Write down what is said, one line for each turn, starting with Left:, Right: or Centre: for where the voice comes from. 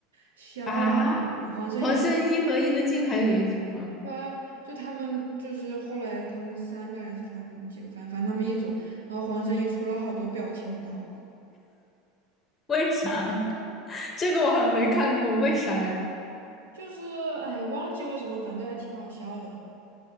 Right: 笑死我了。
Left: 啊，
Right: 黄圣依还
Left: 黄圣依和伊能静还有一组吗？
Right: 啊，就他们就是后来他们三个还是他们几个，反正反正他们一组，然后黄圣依出了好多表情包，
Left: <laughs> 为啥呀 <laughs> 这个我好像没看过，为啥呀？
Right: 就是哎忘记为什么，反正还挺好笑的。